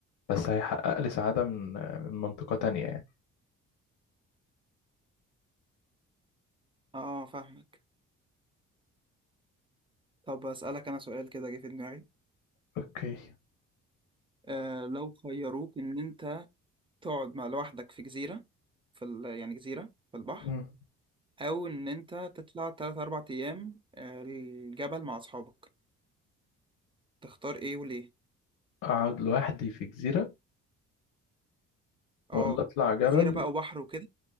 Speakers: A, on the left; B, on the right.
A: بس هيحقق لي سعادة من من منطقة تانية يعني
B: اه فاهمك طب اسألك انا سؤال كده جه في دماغي
A: أوكي
B: آه لو خيروك ان انت تقعد مع لوحدك في جزيرة في ال... يعني جزيرة في البحر
A: مم.
B: او ان انت تطلع 3 4 ايام آه الجبل مع اصحابك تختار ايه وليه
A: أقعد لوحدي في جزيرة
B: اه
A: ولا أطلع جبل
B: جزيرة بقى وبحر وكده